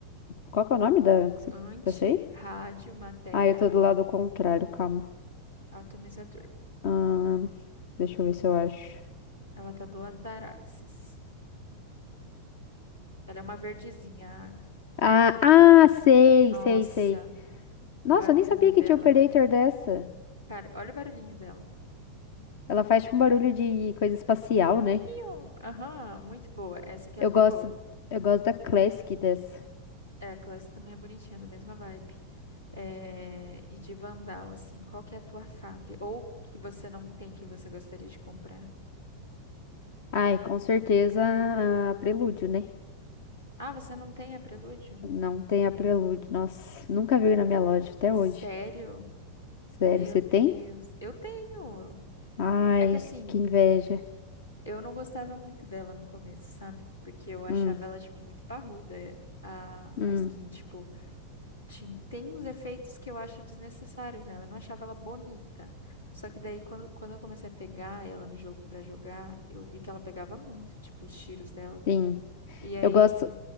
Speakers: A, on the left (about 50°); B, on the left (about 85°).
A: Qual que é o nome da que você-
B: Anti,
A: dessa aí?
B: rádio, matéria,
A: Ah, eu tô do lado contrário, calma.
B: atomizador.
A: Ahn, deixa eu ver se eu acho.
B: Ela tá do Adaraxis. Ela é uma verdezinha.
A: Ah, ah, sei,
B: Nossa,
A: sei, sei. Nossa,
B: o barulhinho
A: eu nem sabia que
B: dela.
A: tinha operator dessa.
B: Cara, olha o barulhinho dela.
A: Ela faz tipo um barulho de coisa espacial, né?
B: Pium! Aham, muito boa. Essa aqui
A: Eu
B: é muito
A: gosto,
B: boa.
A: eu gosto da Classic dessa.
B: É, a classe também é bonitinha, da mesma vibe. É, e de Vandal, assim, qual que é a tua fave? Ou que você não tem que você gostaria de comprar?
A: Ai, com certeza a Prelúdio, né?
B: Ah, você não tem a Prelúdio?
A: Não tem a Prelúdio. Nossa, nunca veio na minha loja até
B: Sério?
A: hoje. Sério,
B: Meu
A: você
B: Deus.
A: tem?
B: Eu tenho.
A: Ai,
B: É que assim,
A: que inveja.
B: eu não gostava muito dela no começo, sabe? Porque eu achava
A: Hum,
B: ela, tipo, muito parruda, é, a,
A: hum,
B: a skin. Tipo, tin- tem uns efeitos que eu acho desnecessários nela. Eu não achava ela bonita. Só que daí, quando, quando eu comecei a pegar ela no jogo pra jogar, eu vi que ela pegava muito, tipo, os tiros dela.
A: sim.
B: E aí,
A: Eu gosto.